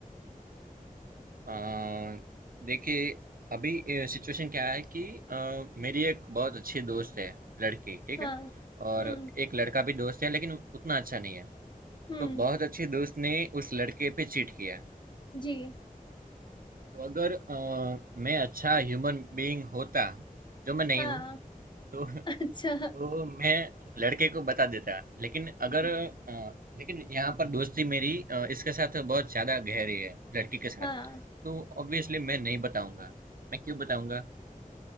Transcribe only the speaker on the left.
हाँ
हम्म
हम्म
जी
हाँ
<laughs> अच्छा
जी
हाँ